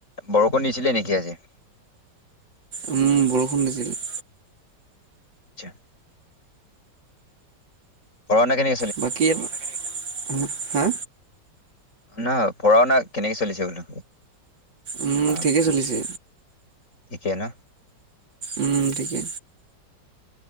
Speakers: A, on the left; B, on the right.
A: বৰষূণ দিছিলে নেকি আজি?
B: উম' বৰষুণ দিছিল।
A: যা। পঢ়া শুনা কেনে
B: বাকী, হা, হা।
A: নহয়, পঢ়াওনা কেনেকে চলিছে বোলো?
B: উম'
A: অ
B: ঠিকে চলিছে।
A: ঠিকে ন'।
B: উম' ঠিকে।